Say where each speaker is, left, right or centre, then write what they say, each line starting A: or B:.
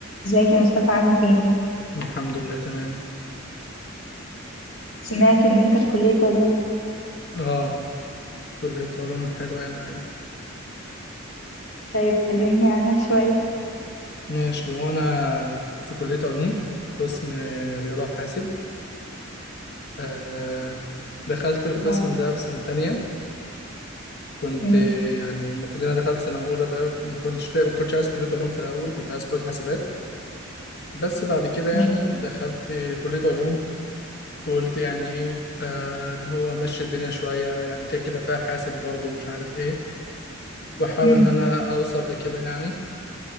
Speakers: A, on the left; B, on the left.
A: ازيك يا مصطفى عامل ايه؟
B: الحمد لله تمام
A: سمعت ان انت في كلية علوم
B: اه كلية علوم حلوان ايوه
A: طيب كلمني عنها شوية
B: ماشي وانا في كلية علوم في قسم رياضة وحاسب آه دخلت القسم
A: اه
B: ده في سنة تانية كنت
A: مم.
B: يعني المفروض ان انا دخلت سنة اولى ده ما كنتش ما كنتش عايز كلية علوم في الاول كنت عايز كلية حاسبات بس بعد كده
A: ماشي
B: يعني دخلت كلية علوم وقلت يعني ايه آه اللي هو مشي الدنيا شوية يعني كده كده فيها حاسب برضه ومش عارف ايه واحاول
A: مم.
B: ان انا اوصل لكده يعني